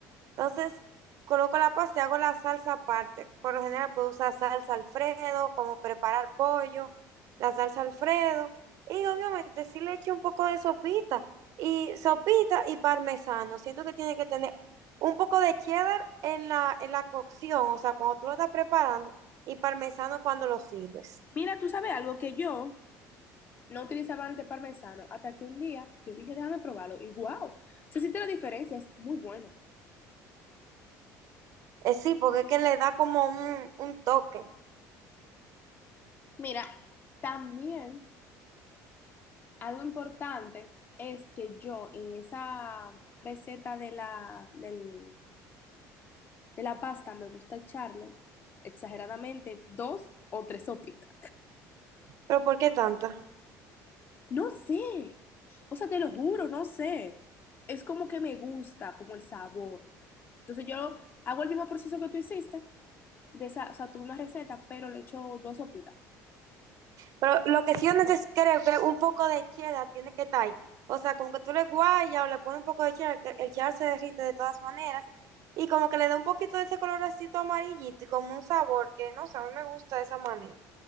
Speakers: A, on the right (about 55°); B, on the left (about 30°).
A: Entonces, coloco la pasta y hago la salsa aparte. Por lo general puedo usar salsa Alfredo, como preparar pollo, la salsa Alfredo. Y obviamente sí le echo un poco de sopita. Y sopita y parmesano. Siento que tiene que tener un poco de cheddar en la, en la cocción, o sea, cuando tú lo estás preparando, y parmesano cuando lo sirves.
B: mira, tú sabes algo que yo no utilizaba antes parmesano, hasta que un día yo dije, déjame probarlo. Y wow, se siente la diferencia, es muy bueno.
A: Eh, sí, porque es que le da como un, un toque.
B: Mira, también. Algo importante es que yo en esa receta de la, del- de la pasta me gusta echarle exageradamente dos o tres sopitas.
A: Pero ¿por qué tanta?
B: No sé, o sea, te lo juro, no sé. Es como que me gusta, como el sabor. Entonces yo hago el mismo proceso que tú hiciste, de esa, o sea, tu misma receta, pero le echo dos sopitas.
A: Pero lo que sí yo neces- creo que un poco de cheddar tiene que estar ahí. O sea, como que tú le guayas o le pones un poco de cheddar, que el cheddar se derrite de todas maneras. Y como que le da un poquito de ese colorcito amarillito y como un sabor que, no sé, a mí me gusta de esa manera.